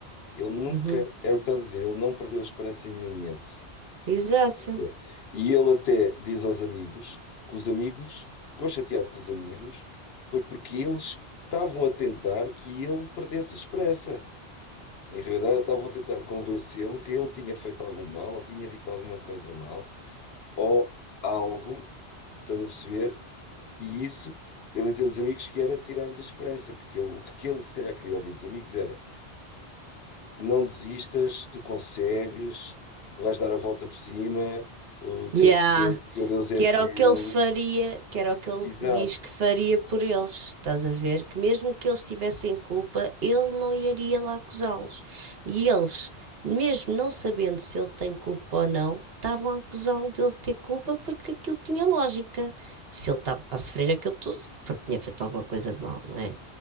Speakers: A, on the left (about 65°); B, on the right (about 65°).
A: Ele nunca,
B: Uhum.
A: era o que estás a dizer, ele não perdeu a esperança em nenhum momento.
B: Exato.
A: entendeu? E ele até diz aos amigos que os amigos, ficou chateado com os amigos, foi porque eles estavam a tentar que ele perdesse a esperança. Em realidade, estavam a tentar convencê-lo que ele tinha feito algum mal, ou tinha dito alguma coisa mal, ou algo, estás a perceber? E isso, ele entende os amigos que era tirar-lhe a esperança, porque ele- o que ele se calhar queria ouvir dos amigos era. não desistas, tu consegues, tu vais dar a volta por cima, o teu,
B: Yeah.
A: teu teu Deus é
B: Que
A: fiel.
B: era o que ele faria, que era o que ele
A: Exato.
B: diz que faria por eles. Estás a ver? Que mesmo que eles tivessem culpa, ele não iria lá acusá-los. E eles, mesmo não sabendo se ele tem culpa ou não, estavam a acusá-lo dele ter culpa porque aquilo tinha lógica. Se ele estava a sofrer aquilo tudo, é porque tinha feito alguma coisa de mal, não é?